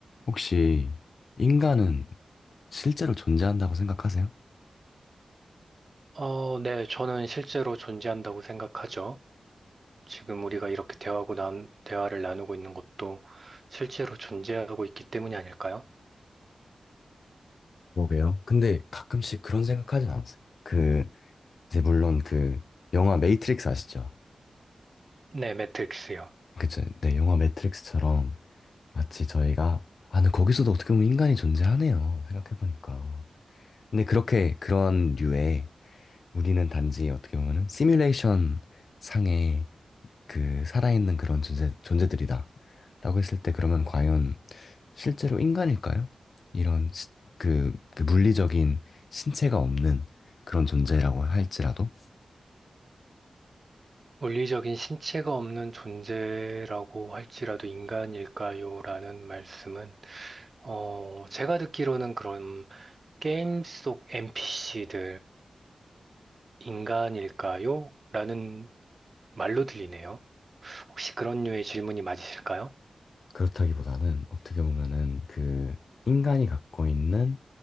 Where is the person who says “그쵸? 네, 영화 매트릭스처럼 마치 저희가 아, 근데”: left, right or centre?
Left